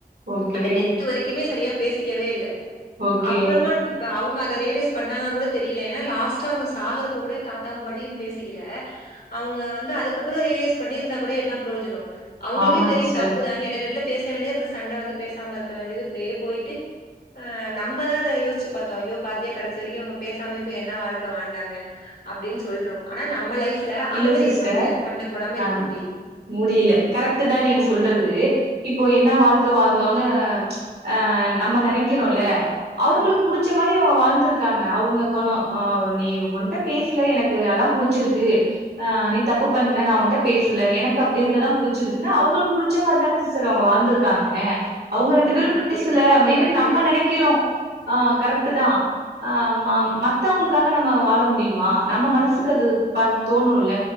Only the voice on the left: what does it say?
அந்த டெத்து வரைக்குமே சரியா பேசிக்கவே இல்ல
அப்பறமா இப் ப அவங்க அதை ரியலைஸ் பண்ணாங்களானு கூட தெரியல ஏன்னா லாஸ்டா அவங்க சாகறப்ப கூட தாத்தாவு பாட்டியு பேசிக்கல அவங்க வந்து அதுக்கப்பறோ ரியலைஸ் பண்ணிருந்தா கூட என்ன பிரோஜனம் அவங்களுக்கே
தெரியு
தப்புதான்னு எட எடத்துல பேச வேண்டியது அப்றோ சண்ட வந்து பேசாம இருக்க வேண்டியது இப்டியே போயிட்டு அ நம்மதா அத யோசிச்சி பாத்தோ ஐயோ பாத்தியா கடைசி வரைக்கு இவங்க பேசமாயேப்போய் என்ன வாழ்க்க வாழ்ந்தாங்க அப்டின்னு சொல்றோ ஆனா நம்ம லைஃப்ல
அந்த மாரி
இருக்க முடியாது சண்ட போடாம
இருக்க முடி
அ,
ஆ,
ம்.
அது
என்னமோ
எனக்கு
ம்.